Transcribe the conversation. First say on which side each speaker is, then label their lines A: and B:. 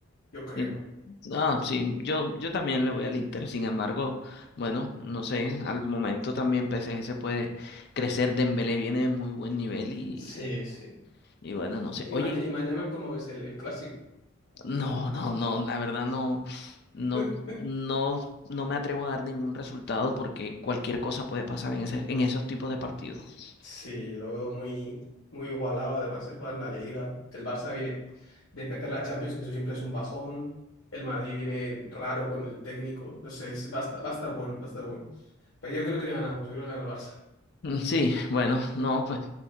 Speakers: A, on the left (about 75°); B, on the left (about 50°).
A: Yo creo,
B: Sí.
A: bueno.
B: Ah, sí, yo, yo también le voy al Inter, sin embargo, bueno, no sé, al momento también PSG se puede crecer, Dembélé viene de muy buen nivel y,
A: Sí, sí.
B: y bueno, no sé.
A: Y,
B: Oye,
A: maña- y mañana, ¿cómo ves el, el clásico?
B: no, no, no, la verdad no, no,
A: <laughs>
B: no, no me atrevo a dar ningún resultado porque cualquier cosa puede pasar en ese, en esos tipos de partidos.
A: Sí, yo lo veo muy, muy igualado. Además, se juega en la Liga. El Barça viene de perder la Champions, que eso siempre es un bajón. El Madrid viene raro con el técnico. No sé, es- va a estar, va a estar bueno, va a estar bueno. Pero yo creo que ganamos, yo creo que gana el Barça.
B: Mm, Sí, bueno, no, pues